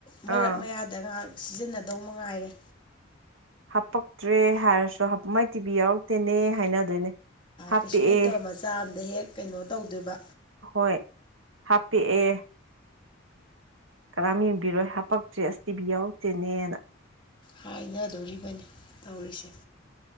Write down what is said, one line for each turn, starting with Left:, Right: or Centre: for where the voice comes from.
Left: ꯃꯔꯛ
Right: ꯑꯥ
Left: ꯃꯌꯥꯗ ꯗ ꯉꯥꯏꯍꯥꯛ ꯁꯤꯖꯤꯟꯅꯗꯧ ꯃꯉꯥꯏꯔꯦ
Right: ꯍꯥꯞꯄꯛꯇ꯭ꯔꯦ ꯍꯥꯏꯔꯁꯨ ꯃꯥꯏ ꯇꯤꯚꯤ ꯌꯥꯎꯔꯛꯇꯦꯅꯦ ꯍꯥꯏꯅꯗꯣꯏꯅꯦ ꯍꯥꯞꯄꯛꯑꯦ
Left: ꯀꯩꯁꯨ ꯂꯩꯇꯕ ꯃꯆꯥ ꯑꯝꯗ ꯍꯦꯛ ꯀꯩꯅꯣ ꯇꯧꯗꯣꯏꯕ
Right: ꯍꯣꯏ ꯍꯥꯞꯄꯛꯑꯦ ꯀꯅꯥꯝ ꯌꯦꯡꯕꯤꯔꯣꯏ ꯍꯥꯞꯄꯛꯇ꯭ꯔꯦ ꯑꯁ ꯇꯤꯚꯤ ꯌꯥꯎꯗꯦꯅꯦꯅ
Left: ꯍꯥꯏꯅꯗꯣꯔꯤꯕꯅꯤ ꯇꯧꯔꯤꯁꯦ